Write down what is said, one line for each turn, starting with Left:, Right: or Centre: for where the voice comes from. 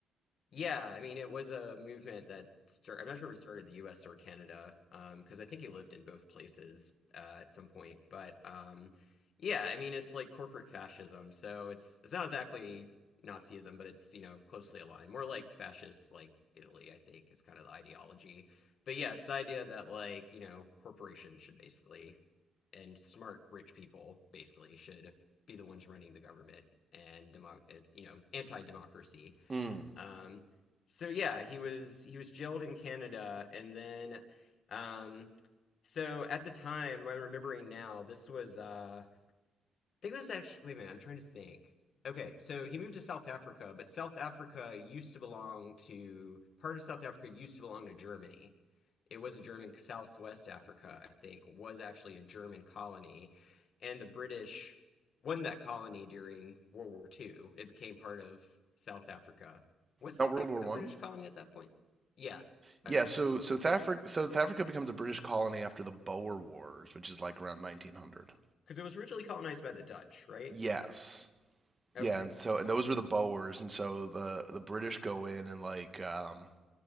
Left: Yeah, I mean, it was a movement that started, I'm not sure if it started in the US or Canada, um, 'cause because I think he lived in both places uh, at some point. But um, yeah, I mean, it's like corporate fascism. So it's it's not exactly Nazism, but it's, you know, closely aligned. More like fascist, like Italy, I think, is kind of the ideology. But yeah, it's the idea that, like, you know, corporations should basically, and smart, rich people basically should be the ones running the government and, demo uh, you know, anti-democracy.
Right: Mm,
Left: Um, so yeah, he was he was jailed in Canada, and then um, so at the time, what I'm remembering now, this was uh, think there's actually, wait a minute, I'm trying to think. Okay, so he moved to South Africa, but South Africa used to belong to, part of South Africa used to belong to Germany. It was a German, Southwest Africa, I think, was actually a German colony. And the British won that colony during World War Two. It became part of South Africa. Was South
Right: not World
Left: Africa
Right: War One.
Left: a British colony at that point? Yeah,
Right: Yeah,
Left: because
Right: so so South Africa, so South Africa becomes a British colony after the Boer Wars, which is like around 1900.
Left: it was originally colonized by the Dutch, right?
Right: Yes, yeah,
Left: Okay,
Right: and so and those were the Boers, and so the the British go in and like um,